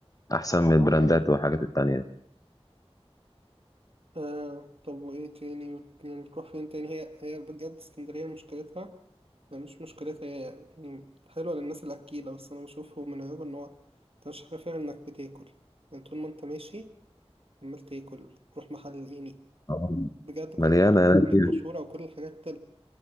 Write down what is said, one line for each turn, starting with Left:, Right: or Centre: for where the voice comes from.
Left: احسن من البراندات والحاجات التانية دي
Right: آه طب وإيه تاني بت- يعني بتروح فين تاني هي هي بجد اسكندرية مشكلتها يعني مش مشكلتها هي يعني حلوة للناس الأكيلة بس أنا بشوفه من عيوبها إن هو أنت مش عارف غير إنك بتاكل يعني طول ما أنت ماشي عمال تاكل تروح محل يعني
Left: آه.
Right: بجد كل
Left: مليانة
Right: المحلات اللي
Left: هناك
Right: هناك
Left: يعني.
Right: مشهورة وكل الحاجات